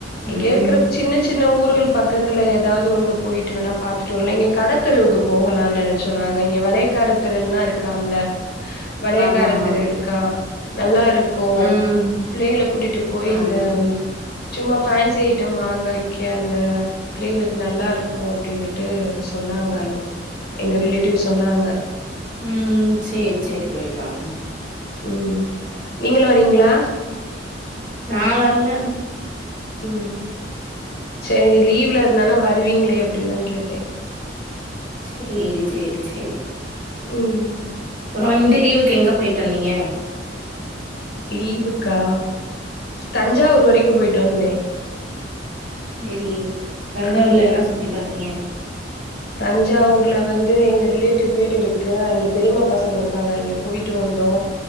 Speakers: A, on the left; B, on the right.
A: இங்கேருக்குற
B: ம்.
A: சின்ன சி சின்ன ஊருகள் பக்கத்துல ஏதாவது ஒண்ணு போயிட்டு வேணா பாத்துட்டு வரலா இங்க கடத்தெறுவுக்கு போகலானு நெனச் சோ நாங்க இங்க வலையக்காரத்தெரு எல்லா இருக்காம்ல வளையக்காரதெரு
B: ஆமாமா.
A: இருக்கா நல்லா இருக்கு
B: ம்.
A: பிள்ளைகள கூட்டிட்டு போயி
B: ஆமா.
A: இந்த ம் சும்மா ஃபேன்சி ஐட்டம் வாங்க வைக்க அந்த பிள்ளைகளுக்கு நல்லா இருக்கு அப்படினுட்டு சொன்னாங்க எங்க ரிலேட்டிவ் சொன்னாங்க
B: ம் சேரி சேரி போயிட்டுவாங்க
A: ம் நீங்களு வர்ரீங்களா
B: நா வர்ல
A: ம் சேரி லீவ்ல இருந்தானா வருவீங்களே அப்படின்னு தா கேட்டே
B: சேரி சேரி சேரி
A: ம்
B: புறோ இந்த லீவுக்கு எங்க போயிட்டு வந்தீங்க
A: லீவுக்கா தஞ்சாவூர் வரைக்கு போயிட்டு வந்தே
B: செரி தஞ்சாவூர்ல
A: அங்கே
B: என்ன சுத்தி பாத்தீங்க
A: தஞ்சாவூர்ல வந்து எங்க ரிலேட்டிவ் வீடு இருக்கு அங்க பெரிமா பசங்க இருக்காங்க அங்க போயிட்டு வந்தோ